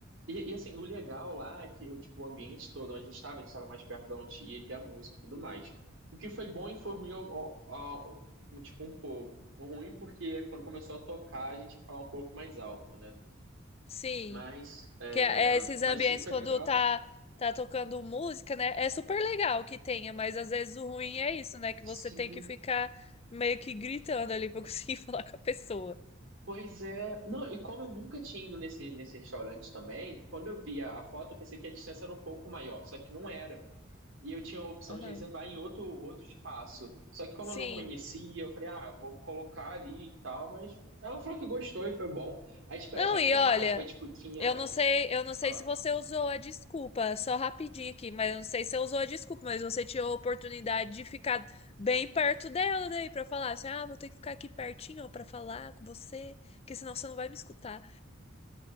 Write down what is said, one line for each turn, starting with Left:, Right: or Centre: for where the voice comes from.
Right: E, e, assim, o legal lá é que o, tipo, o ambiente todo onde a gente estava, a gente estava mais perto de onde ia ter a música e tudo mais. O que foi bom e foi ruim, ao- ao- ao- um, tipo, um pouco. O ruim porque quando começou a tocar, a gente tinha que falar um pouco mais alto, né?
Left: sim.
Right: Mas, é,
Left: Que é, é esses ambientes
Right: mas assim, foi
Left: quando
Right: legal.
Left: tá tá tocando música, né? É super legal que tenha, mas às vezes o ruim é isso, né? Que você
Right: Sim,
Left: tem que ficar meio que gritando ali pra conseguir <laughs> falar com a pessoa.
Right: pois é. Não, e como eu nunca tinha ido nesse, nesse restaurante também, quando eu vi a, a foto, eu pensei que a distância era um pouco maior, só que não era. e eu tinha a opção
Left: Aham.
Right: de reservar em outro, outro espaço. Só que como
Left: Sim.
Right: eu não conhecia, eu falei, ah, vou colocar ali e tal, mas ela falou que gostou e foi bom. Aí, tipo,
Left: Não,
Right: era bem
Left: e
Right: temático.
Left: olha,
Right: Aí, tipo, tinha.
Left: Eu não sei, eu não sei
Right: ó,
Left: se você usou a desculpa, só rapidinho aqui, mas eu não sei se você usou a desculpa, mas você tinha a oportunidade de ficar bem perto dela daí pra falar assim: "Ah, vou ter que ficar aqui pertinho ó, pra falar com você, porque senão você não vai me escutar".